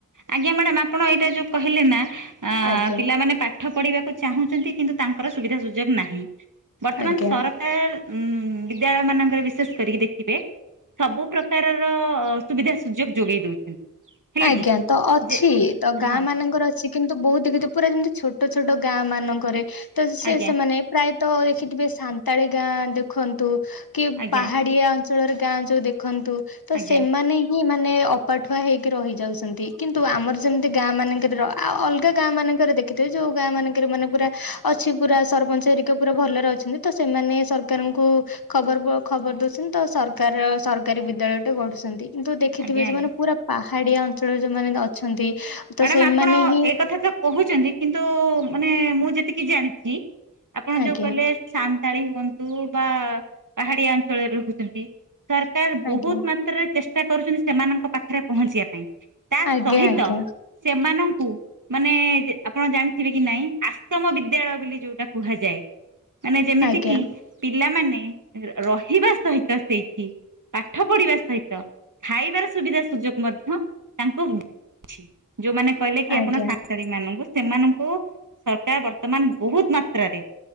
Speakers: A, on the right (about 60°); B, on the left (about 85°).
A: ଆଜ୍ଞା ମ୍ୟାଡାମ ଆପଣ ଏଇଟା ଯୋଉ କହିଲେ ନା ଆ
B: ଆଜ୍ଞା
A: ପିଲାମାନେ ପାଠ ପଢିବାକୁ ଚାହୁଁଛନ୍ତି। କିନ୍ତୁ ତାଙ୍କର ସୁବିଧା ସୁଯୋଗ ନାହିଁ। ବର୍ତ୍ତମାନ
B: ଆଜ୍ଞା।
A: ସରକାର ଉ ବିଦ୍ୟାଳୟ ମାନଙ୍କରେ ବିଶେଷ କରିକି ଦେଖିବେ ସବୁ ପ୍ରକାରର ସୁବିଧା ସୁଯୋଗ ଯୋଗେଇ ଦଉଛନ୍ତି। ହେଲା
B: ଆଜ୍ଞା
A: କି।
B: ତ ଅଛି
A: ଯେ
B: ତ ଗାଁ
A: ହଁ
B: ମାନ ମାନଙ୍କର ଅଛି। କିନ୍ତୁ ବହୁତ ଦେଖିଥ ପୁରା ଯେମିତି ଛୋଟ ଛୋଟ ଗାଁ ମାନଙ୍କରେ ତ ସେ
A: ଆଜ୍ଞା
B: ସେମାନେ ପ୍ରାୟତଃ ଦେଖିଥିବେ ସାନ୍ତାଳି ଗାଁ ଦେଖନ୍ତୁ କି
A: ଆଜ୍ଞା
B: ପାହାଡିଆ ଅଁ ଅଞ୍ଚଳ ରେ ଗାଁ ଯୋଉ ଦେଖନ୍ତୁ। ତ
A: ଆଜ୍ଞା
B: ସେମାନେ ହି ମାନେ ଅପାଠୁଆ ହେଇକି ରହିଯାଉଛନ୍ତି। କିନ୍ତୁ ଆମର ଯେମିତି ଗାଁ ମାନଙ୍କରେ ଆଉ ଅଲଗା ଗାଁ ମାନଙ୍କରେ ଦେଖ ଦେଖିଥେ ଯେୋଉ ଗାଁ ମାନଙ୍କରେ ମାନେ ପୁରା ଅଛି ପୁରା ସରପଞ୍ଚ ହେରିକା ପୁରା ଭଲରେ ଅଛନ୍ତି ତ ସେମାନେ ସରକାରଙ୍କୁ ଖବର ଖବର ଦଉଛନ୍ତି। ତ ସରକାର ସରକାରୀ ବିଦ୍ୟାଳୟ ଟେ ଗଢୁଛନ୍ତି। କିନ୍ତୁ ଦେଖିଥିବେ,
A: ଆଜ୍ଞା
B: ଯୋଉମାନେ
A: ଆଜ୍ଞା।
B: ପୁରା ପାହାଡ଼ିଆ ଅଞ୍ଚଳରେ ମାନେ ଅଛନ୍ତି। ତ
A: ମ୍ୟାଡ଼ାମ
B: ସେମାନେ
A: ଆପଣ
B: ହିଁ
A: ଏ କଥା ତ କହୁଛନ୍ତି କିନ୍ତୁ ମାନେ ମୁଁ ଯେତିକି ଜାଣିଛି ଆପଣ
B: ଆଜ୍ଞା
A: ଯୋଉ କହିଲେ ସାନ୍ତାଳୀ ହୁଅନ୍ତୁ ବା ପାହାଡ଼ିଆ ଅଞ୍ଚଳରେ ରହୁଛନ୍ତି। ସରକାର ବହୁତ
B: ଆଜ୍ଞା
A: ମାତ୍ରାରେ ଚେଷ୍ଟା କରୁଛନ୍ତି ସେମାନଙ୍କ ପାଖରେ ପହଞ୍ଚିବା ପାଇଁ। ତା
B: ଆଜ୍ଞା
A: ସହିତ
B: ଆଜ୍ଞା।
A: ସେମାନଙ୍କୁ ମାନେ ଆପଣ ଜାଣିଥିବେ କି ନାଇଁ ଆଶ୍ରମ ବିଦ୍ୟାଳୟ ବୋଲି ଯୋଉଟା କୁହାଯାଏ। ମାନେ ଯେମିତି
B: ଆଜ୍ଞା
A: କିି ପିଲାମାନେ ରହିବା ସହିତ ସେଇଠି ପାଠ ପଢିବା ସହିତ ଖାଇବାର ସୁବିଧା ସୁଯୋଗ ମଧ୍ୟ ତାଙ୍କୁଛି। ଯୋଉମାନେ କହିଲେ କି
B: ଆଜ୍ଞା
A: ଆପଣ ତା ସାନ୍ତାଳୀ ମାନଙ୍କୁ ସେମାନଙ୍କୁ ସରକାର ବର୍ତ୍ତମାନ ବହୁତ ମାତ୍ରାରେ